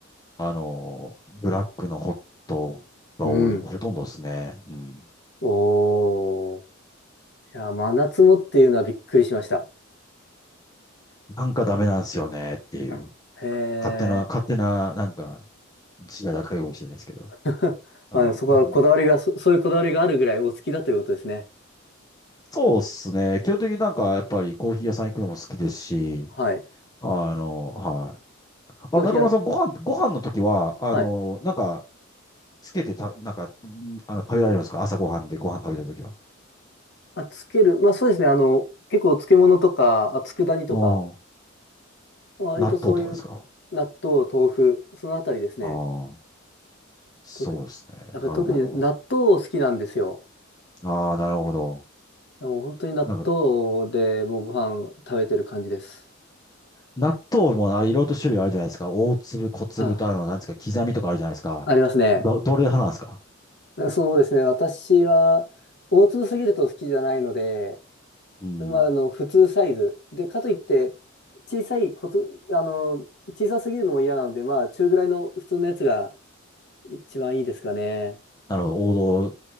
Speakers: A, on the left; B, on the left.
A: あの、ブラックのホットが多い、
B: うん。
A: ほとんどですね。うん。
B: おー。いや、真夏もっていうのはびっくりしました。
A: なんかダメなんですよねっていう。
B: あへ
A: 勝手な、
B: ー。
A: 勝手な、なんか、自我高いかもしれないですけど。
B: <laughs>
A: あの、
B: まあ、でもそこはこだわりがそ、
A: うん
B: そういうこだわりがあるぐらいお好きだということですね。
A: そうっすね。基本的になんか、やっぱりコーヒー屋さん行くのも好きですし、
B: はい。
A: あの、はい。あの、
B: コーヒーは、
A: 中村さん、ご飯、ご飯の時は、あの、
B: はい。
A: なんか、つけてた、なんか、んあの、食べられるんですか朝ご飯でご飯食べた時は。
B: あ、つける。まあそうですね。あの、結構漬物とか、あ、佃煮とか、
A: ああ
B: 割とそういう納豆、
A: 納豆とかですか
B: 豆腐、そのあたりですね。
A: ああー、そうですね。
B: 特、やっぱり特に納豆好きなんですよ。
A: なるほど。ああ、なるほど。
B: もう本当に納豆でもうご飯食べてる感じです。
A: なんか、納豆もあれ、いろいろと種類あるじゃないですか。大粒、小粒と、
B: あ、
A: あの、なんですか、刻みとかあるじゃないですか。
B: ありますね。
A: ど、どれ派なんですか
B: そうですね。私は、大粒すぎると好きじゃないので、
A: うん。
B: まあ、あの、普通サイズ。で、かといって、小さいこと、あの、小さすぎるのも嫌なので、まあ、中ぐらいの普通のやつが一番いいですかね。
A: なるほど。王道